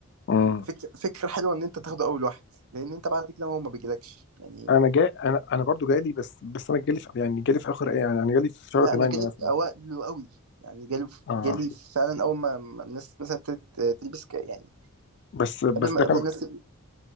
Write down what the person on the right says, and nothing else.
فكرة فكرة حلوة إن أنت تاخده أول واحد لأن أنت بعد كده هو ما بيجيلكش يعني
لا
أنا جالي
في أوائله قوي يعني جالي
جالي فعلا أول ما ما الناس مثلا ابتدت تلبس ك- يعني
قبل ما
قبل
الناس تل-